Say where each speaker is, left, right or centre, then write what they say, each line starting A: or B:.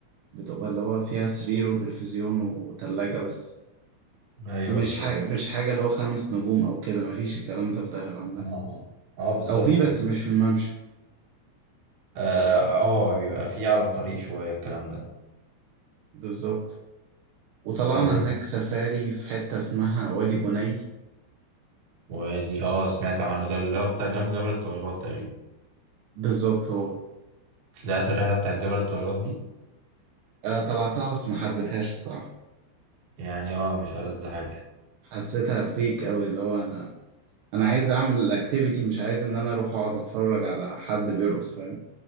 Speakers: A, on the right; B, on the right.
A: بتبقى اللي هو فيها سرير وتلفزيون وتلاجة بس
B: أيوه
A: مش
B: بالظبط
A: حاجة مش حاجة اللي هو خمس نجوم أو كده مفيش الكلام ده في دهب عامة
B: اه آه، بالظبط
A: أو في بس
B: كده
A: مش في الممشى
B: اه آه، بيبقى فيه على الطريق شوية الكلام ده
A: بالظبط وطلعنا
B: طب أنت
A: هناك سفاري في حتة اسمها وادي جني
B: وادي أه سمعت عنه ده اللي هو بتاع جنب جبل الطويلات تقريبا
A: بالظبط هو
B: طلعت الرحلة بتاعت جبل الطويلات دي
A: آه، طلعتها بس ما حبيتهاش الصراحة
B: يعني اه مش ألذ حاجة
A: حسيتها فيك أوي اللي هو أنا أنا عايز أعمل الأكتيفيتي مش عايز إن أنا أروح أقعد أتفرج على حد بيرقص فاهم